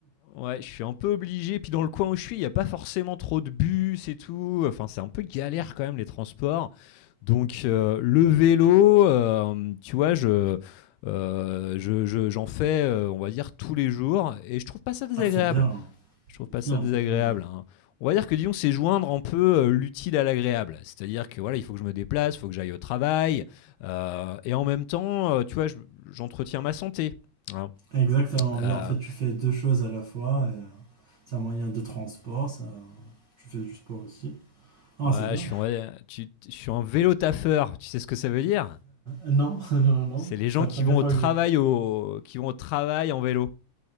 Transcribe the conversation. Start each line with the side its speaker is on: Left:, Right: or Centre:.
Left: Ouais, je suis un peu obligé. Puis dans le coin où je suis, il n'y a pas forcément trop de bus et tout. Enfin, c'est un peu galère quand même les transports. Donc euh, le vélo, euh, tu vois, je, euh, je- je- j'en fais, euh, on va dire, tous les jours. Et je trouve pas ça désagréable.
Right: Ah c'est bien,
Left: Je trouve
Right: c'est
Left: pas ça
Right: bien,
Left: désagréable.
Right: c'est bien.
Left: hein. On va dire que disons, c'est joindre un peu euh, l'utile à l'agréable. C'est-à-dire que voilà, il faut que je me déplace, il faut que j'aille au travail. euh, et en même temps, euh, tu vois, je- j'entretiens ma santé. hein.
Right: Exactement,
Left: Euh,
Right: oui, en fait tu fais deux choses à la fois, et, euh, c'est un moyen de transport, ça, tu fais du sport aussi. Ah
Left: Ouais,
Right: c'est bien.
Left: je suis, un, tu- je suis un vélo taffeur. Tu sais ce que ça veut dire?
Right: Non, <laughs> non, non, non,
Left: C'est les
Right: c'est
Left: gens
Right: la
Left: qui
Right: première
Left: vont au
Right: fois
Left: travail
Right: que je...
Left: au, qui vont au travail en vélo.